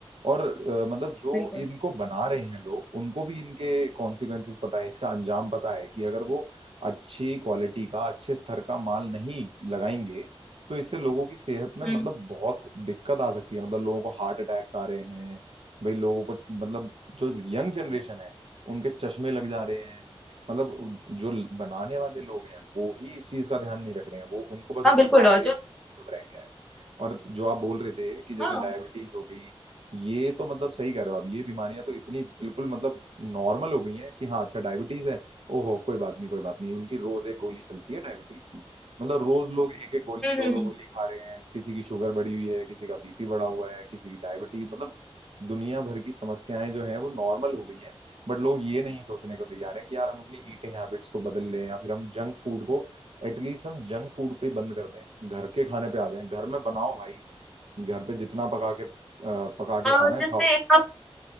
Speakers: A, on the right; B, in the centre.
A: और अ, मतलब जो
B: बिल्कुल
A: इनको बना रहे हैं लोग उनको भी इनके कॉन्सिक्वेंसेस पता है इसका अंजाम पता है कि अगर वो अच्छी क्वालिटी का अच्छे स्तर का माल नहीं लगाएंगे तो इससे लोगों की सेहत में
B: हम्म
A: मतलब बहुत दिक्कत आ सकती है मतलब लोगों को हार्ट अटैक्स आ रहे हैं भाई लोगों को मतलब जो यंग जनरेशन है उनके चश्मे लग जा रहे हैं मतलब जो बनाने वाले लोग हैं वो ही इस चीज का ध्यान नहीं रख रहे हैं वो उनको बस
B: हाँ
A: अपने
B: बिल्कुल
A: माल
B: और
A: बेचने
B: जो
A: से मतलब रह गया है और जो आप बोल रहे थे कि जैसे
B: हाँ
A: डायबिटीज हो गई ये तो मतलब सही कह रहे हो आप ये बीमारियां तो इतनी बिल्कुल मतलब नॉर्मल हो गई हैं कि हाँ अच्छा डायबिटीज है ओहो कोई बात नहीं कोई बात नहीं उनकी रोज एक गोली चलती है डायबिटीज की मतलब रोज लोग एक एक गोली
B: हम्म
A: दो
B: हम्म
A: दो
B: हम्म।
A: गोली खा रहे हैं किसी की शुगर बढ़ी हुई है किसी का बीपी बढ़ा हुआ है किसी की डायबिटीज मतलब दुनिया भर की समस्याएं जो हैं वो नॉर्मल हो गई हैं बट लोग ये नहीं सोचने को तैयार हैं कि यार हम अपनी ईटिंग हैबिट्स को बदल लें या फिर हम जंक फूड को एटलीस्ट हम जंक फूड पे बंद कर दें घर के खाने पे आ जाएं घर में बनाओ भाई घर पे जितना पका के अ, पका के
B: और
A: खाना है
B: जैसे
A: खाओ
B: कप